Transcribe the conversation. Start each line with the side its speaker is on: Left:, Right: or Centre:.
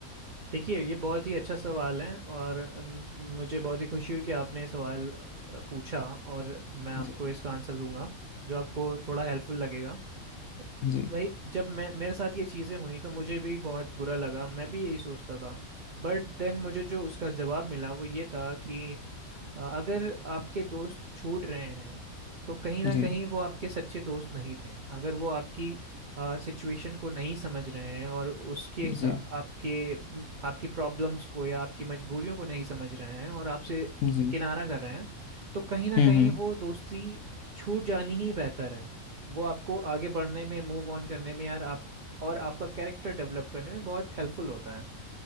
Right: देखिए ये बहुत ही अच्छा सवाल है और अम, मुझे बहुत ही खुशी हुई कि आपने ये सवाल अ, पूछा और मैं आपको
Left: जी
Right: इसका आंसर दूंगा जो आपको थोड़ा हेल्पफुल लगेगा
Left: जी
Right: भाई जब मैं मेरे साथ ये चीज़ें हुई तो मुझे भी बहुत बुरा लगा मैं भी यही सोचता था बट देन मुझे जो उसका जवाब मिला वो ये था कि अ, अगर आपके दोस्त छूट रहे हैं तो कहीं ना
Left: जी
Right: कहीं वो आपके सच्चे दोस्त नहीं थे अगर वो आपकी सिचुएशन को नहीं समझ रहे हैं और उसके हिसा-
Left: जी
Right: आपके आपकी प्रॉब्लम्स को या आपकी मजबूरियों को नहीं समझ रहे हैं और आपसे
Left: जी
Right: किनारा कर रहे हैं तो कहीं ना
Left: हम्म
Right: कहीं
Left: हम्म
Right: वो दोस्ती छूट जानी ही बेहतर है वो आपको आगे बढ़ने में मूव ऑन करने में यार आप और आपका कैरेक्टर डेवलप करने में बहुत हेल्पफुल होता है